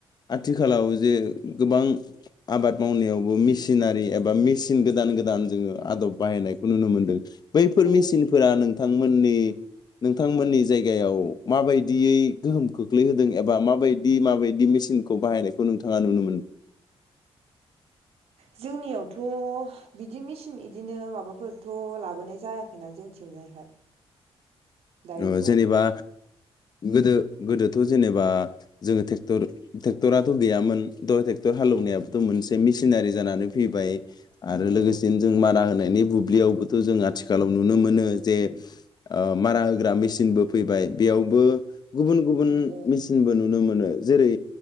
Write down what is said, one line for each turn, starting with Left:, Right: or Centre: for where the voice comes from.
Left: आथिखालाव जे गोबां आबाद मावनायावबो मिेसिनारि एबा मेसिन गोदान गोदान जोङो आदब बाहायनाय खौ नुनो मोन्दों। बैफोर
Right: ओं
Left: मेसिनफोरा नों बिथांमोननि नोंथांमोननि जायगायाव माबायदियै गोहोम खोख्लैहोदों एबा माबायदि माबायदि मेसिनखौ बाहायनायखौ नोंथाङा नुनो मोनदों?
Right: जोंनियावथ' बिदि मिसि न बिदिनो माबाफोरथ' लाबोनाय जायाखैना जोंथिंजायहाय दायोथ'
Left: ओ जेनेबा गोदो गोदोथ' जेनेबा जोङोेटर ट्रेक्टराथ' गैयामोन द' ट्रेक्टर हालौवनायाबो'
Right: ओं
Left: मोनसे मिसिन सिनारि जानानै फैबाय आरो
Right: औ
Left: लोगोसेनो जों मारा होनाय बे बुब्लिआवबोथ जोंहा आथिखालाव नुनो मोनो जे ओ मारा होग्रा मेसिनबो फैबाय बेयावबो गुबुन गुबुन
Right: ओं
Left: मेसिनबो नुनो मोनो जेरै